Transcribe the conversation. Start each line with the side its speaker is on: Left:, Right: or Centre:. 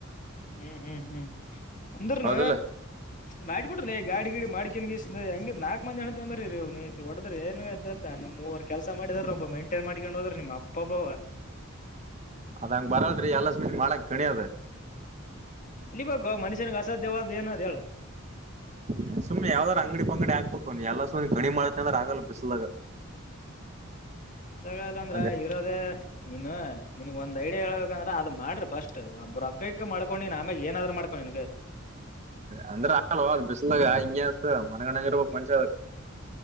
Left: ಹು ಹು ಹು ಅಂದ್ರನ.
Right: ಹೌದಿಲ್ಲ
Left: ಮಾಡ್ಬಿಟ್ರಲ್ಲೆ ಗಾಡಿ ಗಿಡಿ ಮಾಡ್ಕನಗೀಸ್ ನಾಕ್ ಮಂದಿ ಅಣ್ಣತಮ್ಮ್ನದಿರಿದಿರಿ ಐತಿ ಹೊಡದ್ರ ಏನ್ದಲ್. ನಿಮ್ಮ ಮೂವರು ಕೆಲಸಾ ಮಾಡಿದ್ರ ಒಬ್ಬ ಮೇಂಟೈನ್ ಮಾಡಕೊಂಡಹೂದ್ರ ನಿಮ್ಮ ಅಪ್ಪಬ್ಬವ್ವ.
Right: ಅದಂಗ ಬರಲ್ರಿ ಎಲ್ಲ ಸ್ಮಿತ್ ಮಾಡಕ್ ಕಣಿಅದ.
Left: ಕಲಿ ಬೇಕೋ ಮನುಷ್ಯನಿಗೆ ಅಸಾಧ್ಯವಾದ ಏನದ ಹೇಳು.
Right: ಎ ಸುಮ್ಮನೆ ಯಾವ್ದಾರ್ ಅಂಗಡಿ ಪಂಗಡಿ ಹಾಕ್ಬೇಕು ನೀ ಎಲ್ಲಾ ಸುಮ್ಮನೆ ಗಣಿ ಮಾಡ್ತ ಅಂದ್ರ ಆಗಲ್ಲ ಬಿಸ್ಲಾಗ.
Left: ಜಾಗಾ ಇಲ್ಲಾಂದ್ರ
Right: ಒಂದ
Left: ಇರೋದೇ. ನೀನು ನಿನಗ ಒಂದ ಐಡಿಯಾ ಹೇಳಳ್ಬೇಕಂದ್ರ ಅದ ಮಾಡ್ರಿ ಫಸ್ಟ್ ಒಬ್ರ ರೊಕ್ಕಗಿಕ್ಕ ಮಾಡ್ಕೊಂಡೇನ ಆಮೇಗ ಏನಾದ್ರು ಮಾಡ. ನನಗ.
Right: ಅಂದ್ರ ಆಗಲೋ ಅದ ಬಿಸಲದಾಗ ಹಿಂಗೆ. ಮನಗಂಡಾಗ ಇರ್ಬೇಕ ಮನುಷ್ಯ ಅದು